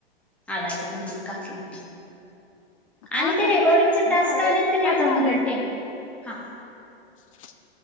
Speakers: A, in the centre; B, on the left.
A: आलाय ते कुंदन काकीन.
B: हा
A: आणि ते
B: झा
A: रेकॉर्डिंगचे टास्क
B: झालंय
A: आलेत, कणी
B: ताई
A: आता
B: झालंय.
A: मराठी. हा
B: <inaudible>